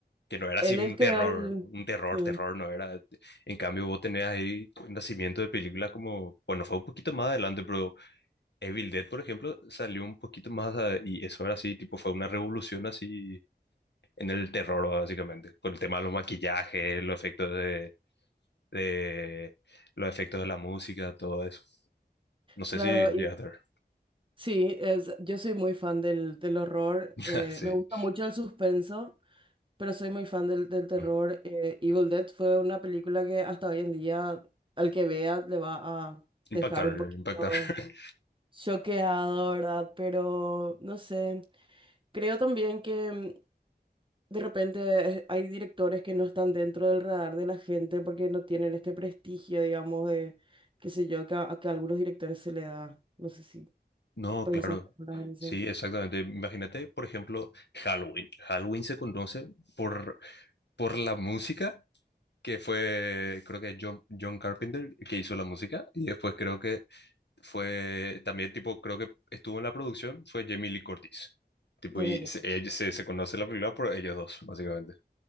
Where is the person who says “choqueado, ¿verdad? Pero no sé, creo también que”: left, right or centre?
Right